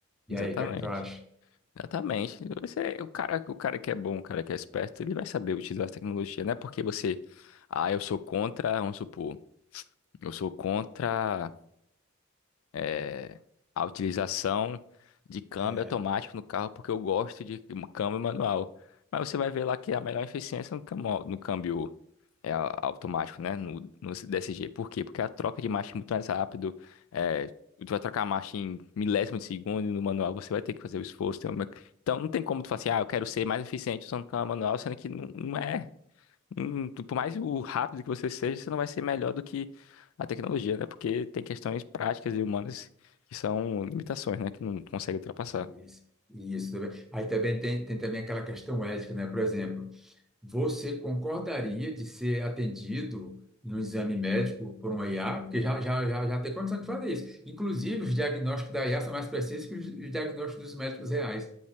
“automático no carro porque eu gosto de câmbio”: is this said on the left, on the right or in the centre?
Left